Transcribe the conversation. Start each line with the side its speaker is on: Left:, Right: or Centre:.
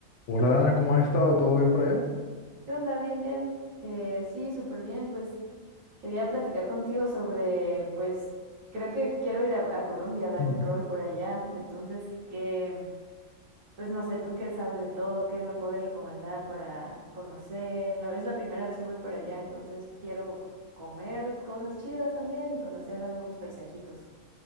Left: Hola Dana, ¿cómo has estado? ¿Todo bien por allá?
Right: ¿Qué onda? Bien, bien. Eh, sí, súper bien. Pues quería platicar contigo sobre, pues creo que quiero ir a, a Colombia a dar
Left: Mm.
Right: un rol por allá. Entonces, que, pues no sé, tú qué sabes de todo, qué me puedes recomendar para conocer. La- es la primera vez que voy para allá, entonces quiero co- comer cosas chidas también y conocer algunos paisajitos.